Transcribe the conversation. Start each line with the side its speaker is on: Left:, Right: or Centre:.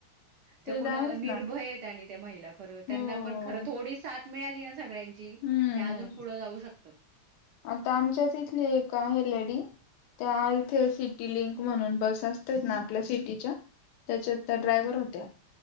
Left: ते
Right: त्या कुणा
Left: तर आहेच
Right: निर्भय
Left: ना
Right: आहेत आणि ते महिला खरं त्यांना
Left: हो
Right: पण
Left: हो
Right: खरं थोडी साथ मिळाली ना सगळ्यांची
Left: हम्म
Right: त्या अजून
Left: हम्म.
Right: पुढे जाऊ शकत
Left: आता आमच्याच इथली एक आहे लेडी त्या इथे सिटी लिंक म्हणून बस असतेत ना आपल्या सिटीच्या त्याच्यात त्या
Right: हं,
Left: ड्रायव्हर होत्या.